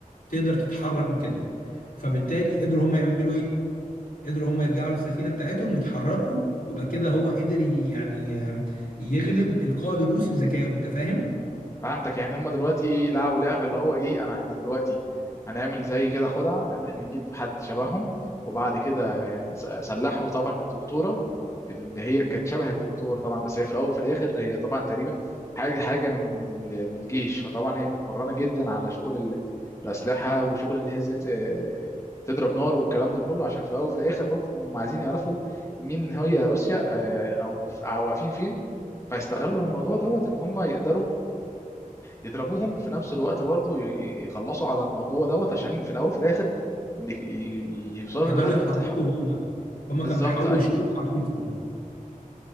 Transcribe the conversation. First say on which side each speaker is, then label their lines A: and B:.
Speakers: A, on the left; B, on the left.
A: تقدر تتحرك وكده فبالتالي قدروا هم يعملوا ايه قدروا هم يرجعوا للسفينه بتاعتهم ويتحركوا وبقى كده هو قدر ي- يعني آم، يغلب القائد الروسي بذكائه انت فاهم
B: فهمتك يعني هم دلوقتي ايه لعبوا لعبه اللي هو ايه انا احنا دلوقتي هنعمل زي كده خدعه ان احنا نجيب حد شبههم وبعد كده يعني س- سلحوا طبعا الدكتوره اللي هي كانت شبه الدكتوره طبعا بس هي في الاول وفي الاخر هي طبعا تقريبا حاجه حاجه من من ال- الجيش فطبعا هي متمرنه جدا على شغل ال- الاسلحه وشغل ان هي ازاي ت- آه، تضرب نار والكلام ده كله عشان في الاول وفي الاخر برضه ما هم عايزين يعرفوا مين هي روسيا آه، او أو واقفين فين فيستغلوا الموضوع دوت ان هم يقدروا يضربوهم في نفس الوقت برضو ي- ي- يخلصوا على الموضوع دوت عشان في الاول وفي الاخر إن ي- ي- يوصلوا
A: يقدروا
B: للهدف
A: يتحركوا
B: بتاعهم
A: هم هم كانوا
B: بالظبط
A: بيحاولوا
B: ايوه
A: يشيلوا حركتهم